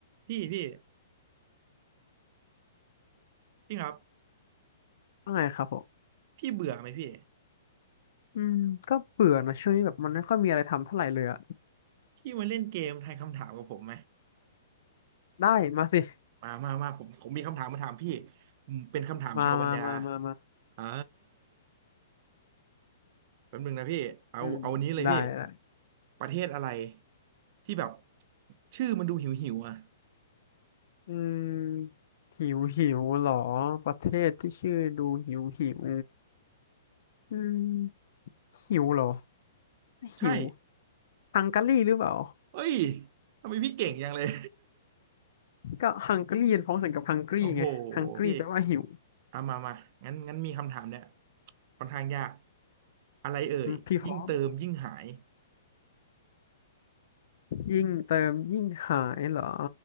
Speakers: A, on the right; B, on the left.
A: พี่พี่พี่ครับ
B: ว่าไงครับผม
A: พี่เบื่อไหมพี่
B: อืมก็เบื่อนะช่วงนี้แบบมันไม่ค่อยมีอะไรทำเท่าไหร่เลยอะ
A: พี่มาเล่นเกมทายคำถามกับผมไหม
B: ได้มาสิ
A: มามามาผมผมมีคำถามมาถามพี่ผมเป็นคำถามชาวปัญญา
B: มามามามามา
A: เออแป๊บนึงนะพี่เอาเอาอันนี้เลยพี่
B: อืมได้ละ
A: ประเทศอะไรที่แบบชื่อมันดูหิวหิวอ่ะ
B: อืมหิวหิวเหรอประเทศที่ชื่อดูหิวหิวอืมหิวเหรอ
A: ใช่
B: หิวฮังการีหรือเปล่า
A: เอ้ยทำไมพี่เก่งจังเลย
B: ก็ฮังการีเป็นพ้องเสียงกับฮังกรีไงฮังกรีแปลว่าหิว
A: <laughs> โอ้โหพี่เอามามางั้นงั้นมีคำถามเนี่ยค่อนข้างยากอะไรเอ่ยยิ่งเติมยิ่งหาย
B: อืมพี่พร้อมยิ่งเติมยิ่งหายเหรอ